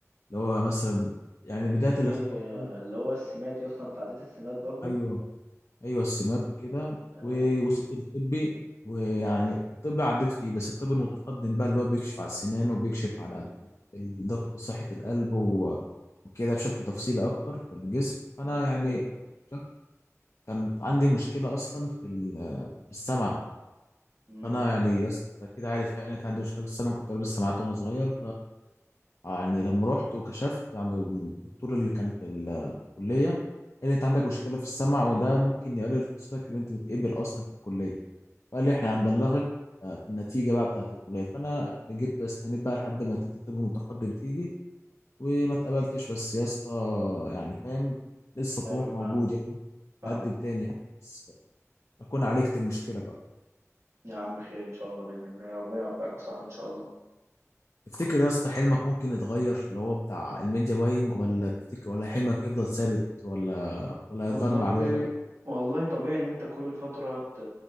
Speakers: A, on the left; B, on the right.
A: هو مثلا يعني
B: كان
A: بداية
B: في
A: الاختبار
B: آه،
A: فعلا
B: اللي هو السمات يا اسطى أنت عديت السمات برضو
A: أيوه ايوه السمات وكده
B: تمام
A: ووصلت للطبي ويعني الطب عديت فيه بس الطب المتقدم بقى اللي هو بيكشف على السنان وبيكشف على
B: مم.
A: الدق... صحة القلب و... وكده بشكل تفصيلي اكتر في الجسم
B: كان
A: فانا
B: مشكلة
A: يعني
B: ده
A: شك- كان عندي مشكلة اصلا في ال- في السمع
B: مم.
A: فانا يعني
B: مم.
A: يا اسطى كده عارف يعني كان عندي مشكلة في السمع كنت لابس سماعات وانا صغير يعني لما رحت وكشفت عن الدكتور اللي كان في ال- في الكلية قال لي انت عندك مشكلة في السمع وده ممكن يقلل فرصتك ان انت تتقبل اصلا في الكلية فقال لي احنا
B: تمام
A: هنبلغك آه، في النتيجة بقى بتاعة الكلية فانا جبت استنيت بقى لحد ما نتيجة الطب المتقدم تيجي وما اتقبلتش بس يا اسطى يعني فاهم لسه الطموح
B: أيوة
A: موجود
B: فاهمك
A: يعني
B: فاهم
A: بقدم تاني يعني بس اكون عالجت المشكلة بقى
B: يا عم خير إن شاء الله بإذن الله ربنا يوفقك يا صاحبي إن شاء الله
A: تفتكر يا اسطى حلمك ممكن يتغير اللي هو بتاع الميديا باينج ولا تفتكر ولا حلمك يفضل ثابت ولا ولا
B: والله
A: هيتغير مع الوقت
B: والله طبيعي ان انت كل فترة ت...